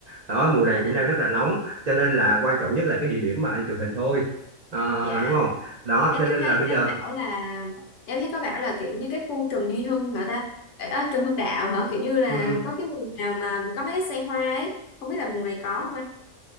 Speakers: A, on the right; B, on the left.
A: đó mùa này
B: à, à,
A: cũng đang rất là nóng cho nên là quan trọng nhất là cái địa điểm mà anh chụp hình thôi Ờ,
B: dạ
A: đúng không đó
B: em
A: cho nên
B: em thấy
A: là bây
B: cái
A: giờ
B: bảo là em thấy có bảo là kiểu như cái khu Trần Duy Hưng hả ta Ờ, à, Trần Hưng Đạo hả kiểu như là
A: ừ,
B: có cái mùa nào mà có mấy cái xe hoa ấy không biết là mùa này có không anh